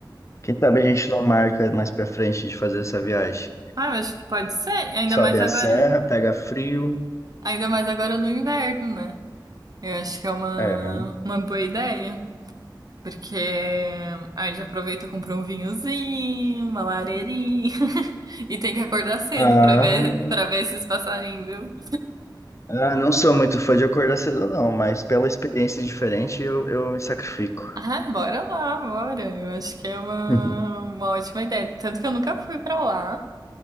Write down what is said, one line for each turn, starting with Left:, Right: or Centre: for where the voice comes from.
Left: Quem sabe a gente não marca mais pra frente de fazer essa viagem.
Right: Ah, eu acho que pode ser. Ainda
Left: Sobe
Right: mais agora,
Left: a serra, pega frio.
Right: ainda mais agora no inverno, né? Eu acho que é uma,
Left: É.
Right: uma boa ideia. Porque aí já aproveita e compra um vinhozinho, uma lareirinha. <laughs> E tem que acordar cedo
Left: Ah.
Right: pra ver, para ver esses passarinhos, viu?
Left: Ah, não sou muito fã de acordar cedo, não, mas pela experiência diferente eu, eu me sacrifico.
Right: Ah, bora lá, bora. Eu acho que é uma,
Left: <laughs>
Right: uma ótima ideia. Tanto que eu nunca fui pra lá.